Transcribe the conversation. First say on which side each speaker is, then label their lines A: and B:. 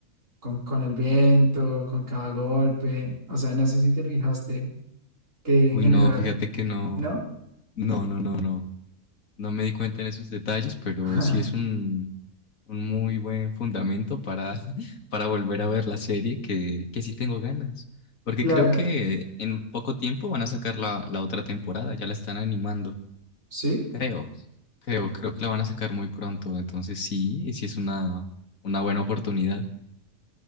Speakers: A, on the right; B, on the left.
A: con, con el viento, con cada golpe. O sea, no sé si te fijaste que
B: Uy,
A: en general,
B: no, fíjate que no,
A: ¿no?
B: no, no, no, no. No me di cuenta en esos detalles, pero
A: <laughs>
B: sí es un, un muy buen fundamento para, <laughs> para volver a ver la serie, que, que sí tengo ganas. Porque
A: Claro,
B: creo que en poco tiempo van a sacar la, la otra temporada, ya la están animando.
A: sí,
B: Creo, creo, creo que la van a sacar muy pronto. Entonces sí, sí es una, una buena oportunidad.